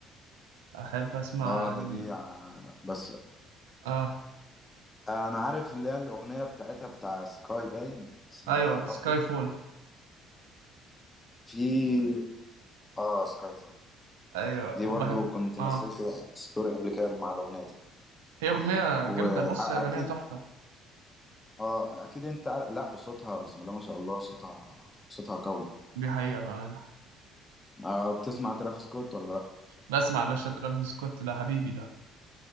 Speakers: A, on the right; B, on the left.
A: أحب أسمع
B: اه
A: ال...
B: ده دي ع- بس
A: آه
B: انا عارف اللي هي الاغنيه بتاعتها بتاع سكاي باين اسمها
A: أيوة
B: ايه يا
A: سكاي
B: ربي
A: فول
B: في اه سكاي فول
A: أيوة
B: دي
A: وبحب
B: برضو كنت
A: آه
B: نزلت ستوري قبل كده مع الاغنيه دي
A: هي أغنية جامدة
B: واكيد
A: بص هي أغنية تحفة
B: اه اكيد انت عارف لا صوتها بسم الله ما شاء الله صوتها صوتها قوي
A: دي حقيقة بقى أنا
B: آه بتسمع ترافيس سكوت ولا لا
A: بسمع يا باشا ترافيس سكوت ده حبيبي ده